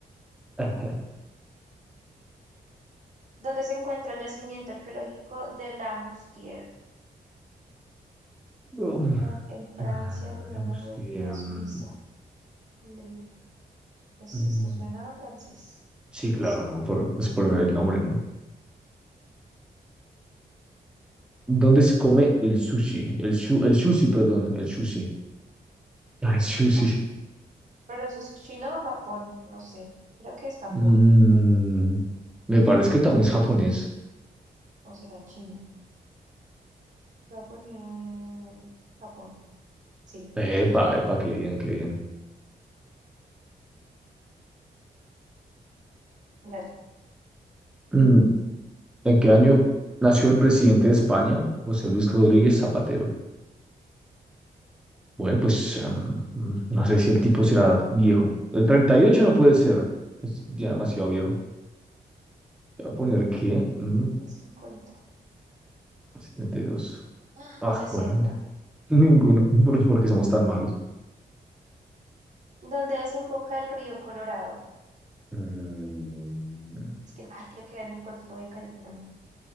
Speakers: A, in the centre; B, on the right.
A: <laughs>
B: donde se encuentra el yacimiento arqueológico de la Mustier,
A: Um,
B: La- en Francia,
A: ah,
B: Líbano,
A: veamos
B: Bélgica,
A: si, em,
B: Suiza. Le- Pues
A: mm,
B: esto suena a francés.
A: Sí, claro,
B: Sí,
A: ¿no? Por, pues por el nombre, ¿no? ¿Dónde se come el sushi? El, shu- el sushi, perdón, el sushi. <laughs> Ah, El sushi.
B: eso es Japón. Pero eso es China o Japón, no sé. Creo que es Japón,
A: Mm, me parece que también es japonés.
B: o será China. Voy a poner Japón, sí.
A: Epa,
B: Sí.
A: epa, qué bien, qué bien.
B: Dale,
A: Mm, ¿en qué año nació el presidente de España, José Luis Rodríguez Zapatero? Bueno, pues em, mm, no sé si el tipo será viejo. El 38 no puede ser, es ya demasiado viejo. Voy a poner que mm,
B: el 50.
A: setenta y dos
B: ¡Ah!
A: Ah,
B: 60.
A: bueno, <laughs> ninguno, <laughs> porque somos tan malos.
B: ¿Dónde desemboca el río Colorado?
A: Mm.
B: Es que, ay, creo que era en el Golfo de California.